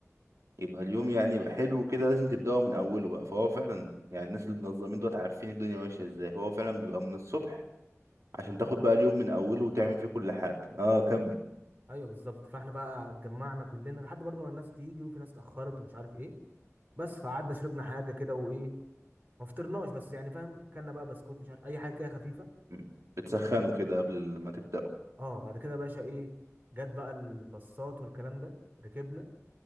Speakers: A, on the right; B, on the right.
A: يبقى اليوم يعني يبقى حلو كده لازم تبدأه من أوله بقى فهو فعلا يعني الناس اللي منظمين دوت عارفين الدنيا ماشية ازاي هو فعلا بيبقى من الصبح عشان تاخد بقى اليوم من أوله وتعمل فيه كل حاجة اه كمل
B: ايوه بالظبط فاحنا بقى اتجمعنا كلنا لحد برضه ما الناس تيجي وفي ناس اتاخرت ومش عارف ايه بس فقعدنا شربنا حاجه كده وايه ما فطرناش بس يعني فاهم كلنا بقى بسكوت مش عارف اي حاجه كده خفيفه
A: م. بتسخنه كده قبل ما تبدأه
B: اه بعد كده يا باشا ايه جت بقى الباصات والكلام ده ركبنا